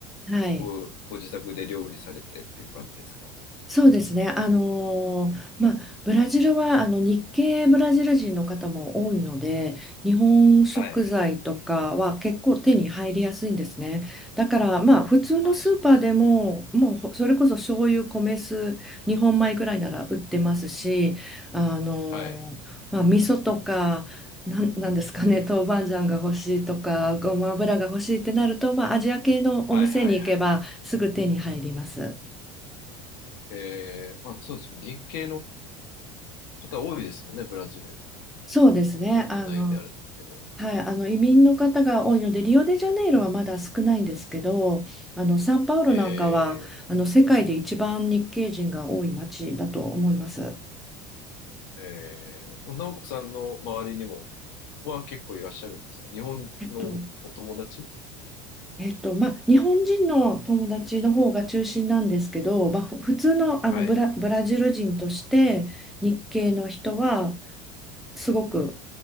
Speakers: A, in the centre; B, on the left.
A: はい。
B: お、ご自宅で料理されてっていう感じですか
A: そうですね。あのーまあ、ブラジルはあの日系ブラジル人の方も多いので、日本食材とかは結構手に入りやすいんですね。
B: はい。
A: だから、まあ、普通のスーパーでも、
B: あ、そっかそっ
A: もうほそれこそ醤油、米酢、日本米ぐらいなら売ってますし、あのーまあ、
B: か。はい。
A: 味噌とか、なん、なんですかね、豆板醤が欲しいとか、ごま油が欲しいってなると、まあ、アジア系のお店に行けばすぐ手に入ります。
B: はいはいはいはい。えー、まあそうですね。日系の方多いですもんね、ブラジル。
A: そうですね。
B: 行ったことないんであるんですけど。
A: あの、はい、あの移民の方が多いので、リオデジャネイロはまだ少ないんですけど、あのサンパウロなんかはあの世界で一番日系人が多い町だと思います。
B: えー、えー、その直子さんの周りにもは結構いらっしゃるんですか日本のお友達
A: えっと、えっと、まあ、日本人の友達の方が中心なんですけど、まあ、ふ普通の、あのブラ、
B: はい。
A: ブラジル人として日系の人はすごく